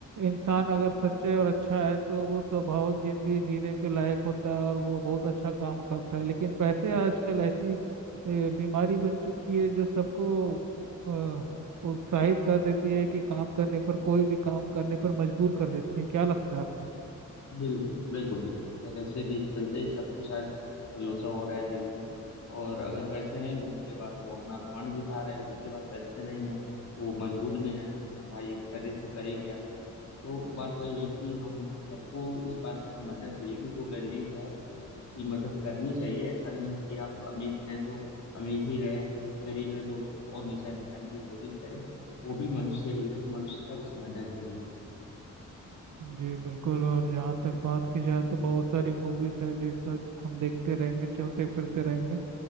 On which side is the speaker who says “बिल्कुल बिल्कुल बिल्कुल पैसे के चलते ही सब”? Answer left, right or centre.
Left